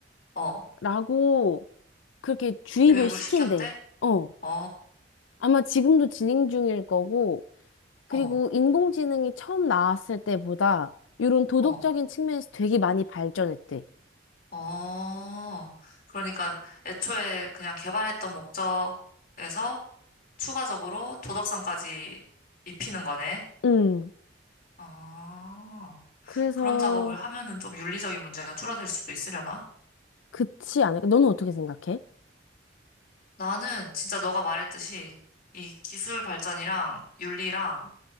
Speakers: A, on the left; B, on the left.
A: 어,
B: 라고 그렇게 주입을
A: 교육을
B: 시킨대.
A: 시켰대?
B: 어.
A: 어,
B: 아마 지금도 진행 중일 거고, 그리고
A: 어,
B: 인공지능이 처음 나왔을 때보다 이런 도덕적인
A: 어,
B: 측면에서 되게 많이 발전했대.
A: 어. 그러니까 애초에 그냥 개발했던 목적에서 추가적으로 도덕성까지 입히는 거네.
B: 음.
A: 아,
B: 그래서,
A: 그런 작업을 하면은 좀 윤리적인 문제가 줄어들 수도 있으려나?
B: 그치 않을까? 너는 어떻게 생각해?
A: 나는 진짜 너가 말했듯이 이 기술 발전이랑 윤리랑